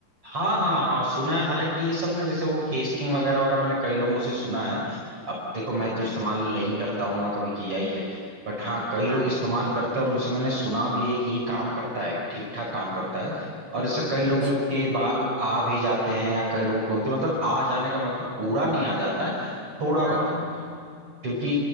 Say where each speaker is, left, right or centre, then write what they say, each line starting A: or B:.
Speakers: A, on the right (about 40°); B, on the right (about 15°).
A: हाँ हाँ हाँ सुना है हालांकि ये सब ने जैसे वो केस किंग वगैरह वगैरह मैंने कई लोगों से सुना है अब देखो
B: हम्म
A: मैं तो इस्तेमाल नहीं करता हूँ ना कभी किया ही है बट हाँ कई
B: हाँ
A: लोग इस्तेमाल करते हैं और उनसे मैंने सुना भी है कि ये काम करता है ठीक ठाक काम करता है और इससे कई लोगों
B: अच्छा
A: के बाल आ भी जाते हैं या कई लोगों के होते हैं मतलब आ जाने का मतलब पूरा नहीं आ जाता है थोड़ा
B: हाँ
A: बहुत
B: हाँ
A: क्योंकि